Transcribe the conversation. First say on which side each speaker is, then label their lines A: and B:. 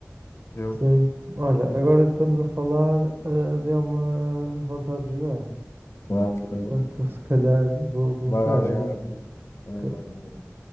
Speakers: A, on the left; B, on the right.
A: Eu.
B: Sim. Olha, agora que estamos a falar, eh, deu-me vontade de jogar.
A: Ah, tá bem.
B: Portanto, se calhar vou começar
A: vai lá
B: agora.
A: jogar. então. Vai,
B: que
A: vai, vai.